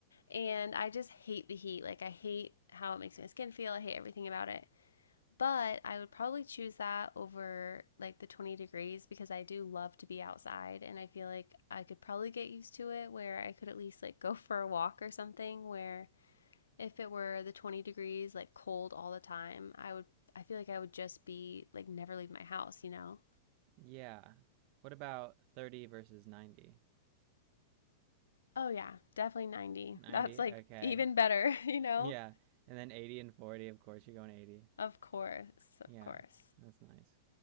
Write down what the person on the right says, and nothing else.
Yeah. What about 30 versus 90?
90,
okay.
Yeah. And then 80 and 40, of course you're going 80.
Yeah.
That's nice.